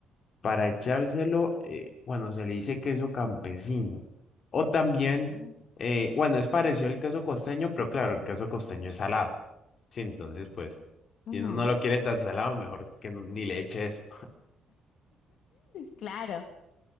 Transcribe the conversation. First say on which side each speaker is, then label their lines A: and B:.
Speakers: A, on the left; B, on the left.
A: Para echárselo, eh, bueno, se le dice queso campesino. O también,
B: Oh.
A: eh, bueno, es parecido al queso costeño, pero claro, el queso costeño es salado. Sí, entonces, pues,
B: Ujú.
A: si uno no lo quiere tan salado, mejor que no- ni le eche eso.
B: Claro.